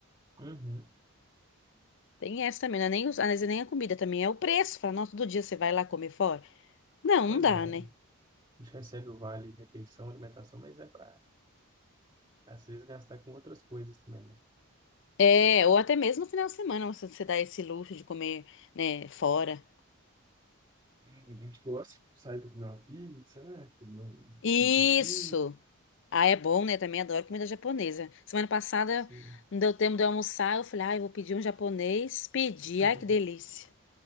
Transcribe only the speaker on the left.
Tem essa também, não é nem, os- às vezes nem a comida também, é o preço. Fala, nossa, todo dia você vai lá comer fora? Não,
não dá,
né?
É, ou até mesmo no final de semana, você você dá esse luxo de comer, né, fora.
Isso!
Ah, é bom, né? Também adoro comida japonesa. Semana passada
não deu tempo de eu almoçar, eu falei, ai, eu vou pedir um japonês. Pedi,
ai, que delícia.